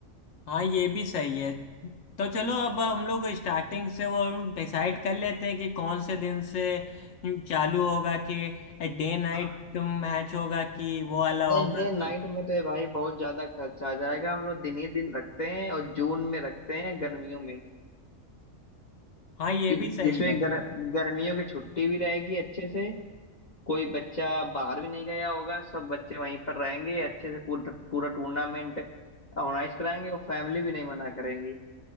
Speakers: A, on the left; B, on the left.
A: हाँ ये भी सही है तो चलो अब हम लोग स्टार्टिंग से वो डिसाइड कर लेते हैं कि कौन से दिन से चालू होगा कि डे नाइट
B: आह,
A: मैच होगा कि वो वाला
B: नहीं
A: होगा
B: डे
A: तो
B: नाइट में तो ये भाई बहुत ज्यादा खर्चा आ जाएगा हम लोग दिन ही दिन रखते हैं और जून में रखते हैं गर्मियों में
A: हाँ ये
B: कि
A: भी सही
B: जिसमें
A: है
B: गर, गर्मियों की छुट्टी भी रहेगी अच्छे से कोई बच्चा बाहर भी नहीं गया होगा सब बच्चे वहीं पर रहेंगे अच्छे से पूरा पूरा टूर्नामेंट ऑर्गेनाइज कराएंगे और फैमिली भी नहीं मना करेंगी